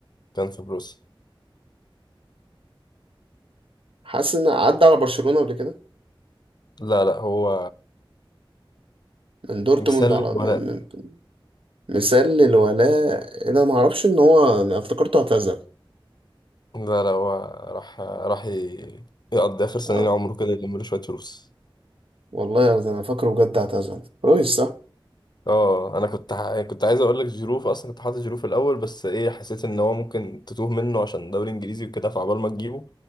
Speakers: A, on the left; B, on the right.
A: كان في بروسيا
B: حاسس ان عدى على برشلونة قبل كده
A: لا لا هو
B: من دورتموند
A: بيسلم
B: على من
A: ولا
B: من مثال للولاء انا ما اعرفش ان هو أنا افتكرته اعتزل
A: لا لا هو راح راح ي- يقضي آخر سنين
B: آه.
A: عمره كده يلم له شوية فلوس
B: والله يا أرض، انا فاكره بجد اعتزل رويس صح
A: اه انا كنت ح... يعني كنت عايز اقول لك جيرو اصلا كنت حاطط جيرو في الاول بس ايه حسيت ان هو ممكن تتوه منه عشان دوري انجليزي وكده فعبال ما تجيبه